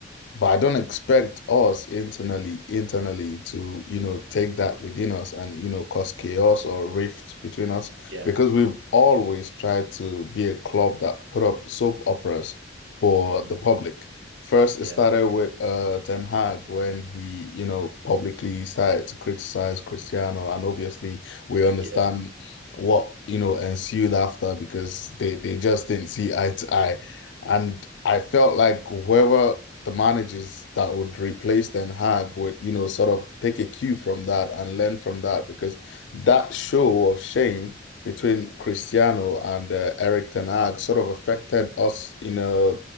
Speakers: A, on the left; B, on the right.
A: But I don't expect us internally internally to, you know, take that within us and, you know, cause chaos or rift between us
B: Yeah.
A: because we've always tried to be a club that put up soap operas for
B: hmm
A: the public. First,
B: Yeah.
A: it started with uh Ten Hag when he, you know, publicly started to criticize Cristiano, and obviously we understand
B: Yeah.
A: what, you know, ensued after because they they just didn't see eye to eye. And I felt like whoever the managers that would replace Ten Hag would, you know, sort of take a cue from that and learn from that because that show of shame between Cristiano and uh, Eric Ten Hag sort of affected us in a